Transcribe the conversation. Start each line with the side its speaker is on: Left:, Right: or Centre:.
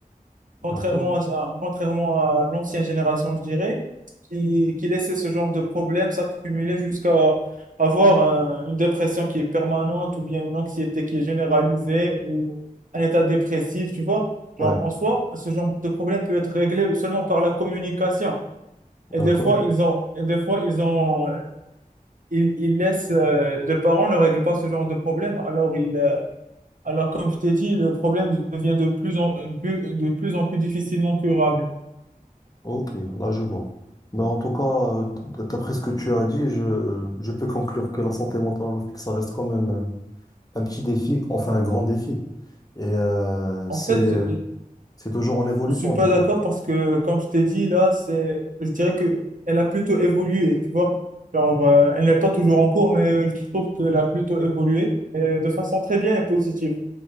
Right: contrairement
Left: D'accord?
Right: à, à- contrairement à l'ancienne génération, je dirais, qui, qui laissait ce genre de problème s'accumuler jusqu'à avoir un- une dépression qui est permanente ou bien une anxiété qui est généralisée ou un état dépressif, tu vois.
Left: Ouais,
Right: Genre, en soi, ce genre de problème peut être réglé seulement par la communication. Et
Left: d'accord.
Right: des fois, ils ont, et des fois, ils ont, ils, ils laissent, euh, les parents ne règlent pas ce genre de problème, alors ils, euh, alors, comme je t'ai dit, le problème devient de plus en euh, plus, de plus en plus difficilement curable.
Left: Ok, là je vois. Ben, en tout cas, euh, d- d'après ce que tu as dit, je, je peux conclure que la santé mentale en Afrique, ça reste quand même euh, un petit défi, enfin un grand défi. Et euh,
Right: En
Left: c'est,
Right: fait, je
Left: c'est toujours en évolution
Right: ne suis pas
Left: du coup.
Right: d'accord parce que, comme je t'ai dit, là, c'est, je dirais que elle a plutôt évolué, tu vois. Genre, euh, elle n'est pas toujours en cours, mais je trouve qu'elle a plutôt évolué et de façon très bien et positive.